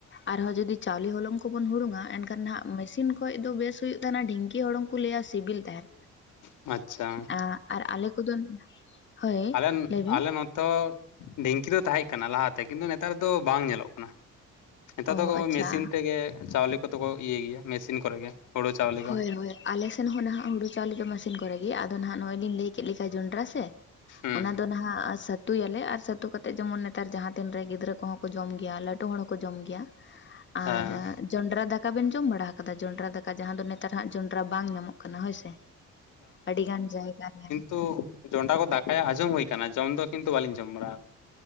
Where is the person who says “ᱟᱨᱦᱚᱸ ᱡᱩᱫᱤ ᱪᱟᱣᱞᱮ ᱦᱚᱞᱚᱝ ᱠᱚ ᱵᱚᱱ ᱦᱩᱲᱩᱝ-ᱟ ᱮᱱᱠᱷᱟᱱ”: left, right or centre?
Left